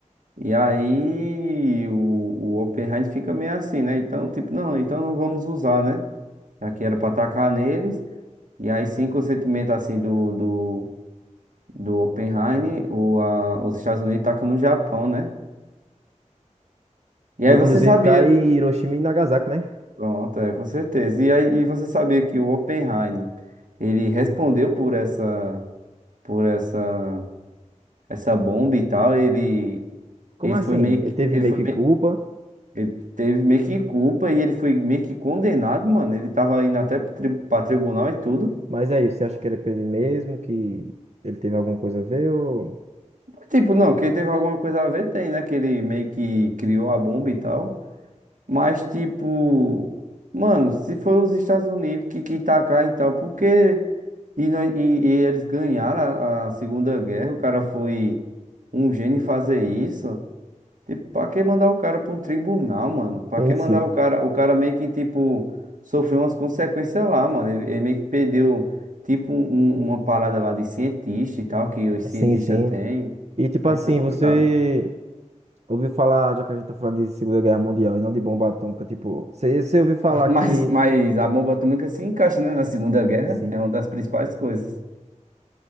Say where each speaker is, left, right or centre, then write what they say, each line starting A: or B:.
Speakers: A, on the right; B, on the right.
A: E aí o, o Oppenheim fica meio assim, né? Então, tipo, não, então não vamos usar, né? Já que era pra atacar neles. E aí sim, com o sentimento assim do, do, do Oppenheim, o, a, os Estados Unidos tacam no Japão, né? E
B: Que
A: aí
B: inclusive
A: você sabia.
B: cai em Hiroshima e Nagasaki, né?
A: Pronto, é, com certeza. E aí e você sabia que o Oppenheim, ele respondeu por essa, por essa, essa bomba e tal. Ele,
B: Como
A: ele
B: assim?
A: foi meio,
B: Ele
A: que-
B: teve
A: ele
B: meio
A: foi
B: que
A: meio
B: culpa,
A: Ele teve meio que culpa e ele foi meio que condenado, mano. Ele tava indo até pro tri- pra tribunal e tudo.
B: mas é isso. Você acha que ele é pra ele mesmo? Que ele teve alguma coisa a ver? Ou...
A: Tipo, não, que ele teve alguma coisa a ver, tem, né? Que ele meio que criou a bomba e tal. Mas, tipo, mano, se foi os Estados Unidos que quis tacar e tal, porque. E, nós- e, e eles ganharam a, a Segunda Guerra, o cara foi um gênio em fazer isso. Tipo, pra que mandar o cara pra um tribunal, mano? Pra
B: Sim,
A: que mandar
B: sim.
A: o cara? O cara meio que, tipo, sofreu umas consequências lá, mano. Ele, ele meio que perdeu, tipo, um- um, uma parada lá de cientista e tal, que os cientistas
B: Sim, sim.
A: têm.
B: E tipo
A: E
B: assim,
A: aí foi complicado.
B: você ouviu falar, já que a gente tá falando de Segunda Guerra Mundial e não de bomba atômica, tipo, você, você ouviu falar
A: <laughs> Mas,
B: que.
A: mas a bomba atômica se encaixa, né, na Segunda Guerra.
B: Sim.
A: É uma das principais coisas.